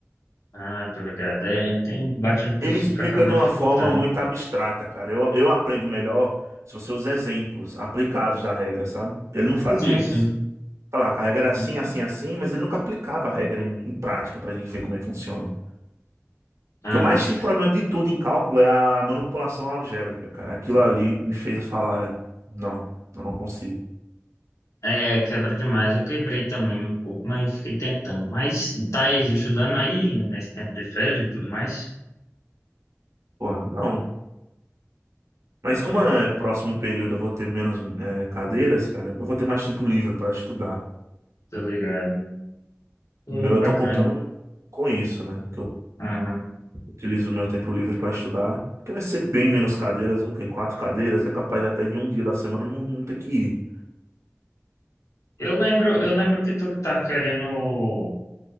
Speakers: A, on the left; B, on the right.
A: Ah, tô ligado. É, tem bastante pessoa
B: Ele explica
A: que acaba
B: de
A: dificultando.
B: uma forma muito abstrata, cara. Eu, eu aprendo melhor se você usa exemplos aplicados da regra, sabe? Ele não fazia
A: Sim, sim.
B: isso. Falar que a regra era assim,
A: Enfim.
B: assim, assim, mas ele nunca aplicava a regra em, em prática pra gente ver como é que funciona. O
A: Aham.
B: que eu mais tive problema de tudo em cálculo é a manipulação algébrica, cara. Aquilo ali me fez falar, é, não, eu não consigo.
A: É, quebra demais. Eu quebrei também um pouco, mas fiquei tentando. Mas tá aí, estudando aí, né, nesse tempo de férias e tudo mais.
B: Pô, não. Mas
A: Uhum.
B: como é próximo período eu vou ter menos é, cadeiras, cara, eu vou ter mais tempo livre para estudar.
A: Tô ligado. Hum,
B: Meu, eu
A: bacana.
B: tô contando com isso, né? Que eu
A: Aham.
B: utilizo o meu tempo livre para estudar, porque vai ser bem menos cadeiras, o quê? Quatro cadeiras, é capaz de até de um dia da semana não, não ter que ir.
A: Eu lembro, eu lembro que tu tá querendo.